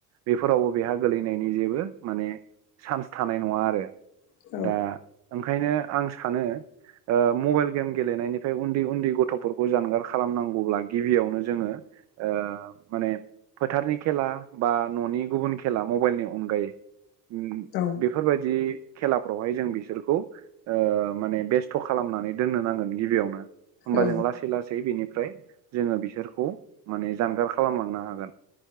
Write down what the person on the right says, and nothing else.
बेफोरावबो बेहा गोलैनायनि जेबो माने सान्स थानाय नङा आरो
दा ओंखायनो आं सानो ओ मबाइल गेम गेलेनायनिफ्राय उन्दै उन्दै गथ'फोरखौ जानगार खालामनांगौब्ला गिबियावनो जोङो ओ माने फोथारनि खेला बा न'नि गुबुन खेला मबाइलनि अनगायै उम
बेफोरबायदि खेलाफ्रावहाय जों बिसोरखौ ओ माने बेस्थ' खालामनानै दोननो नांगोन गिबियावनो। होमबा
जों
लासै लासै बेनिफ्राय जोङो बिसोरखौ माने जानगार खालामलांनो हागोन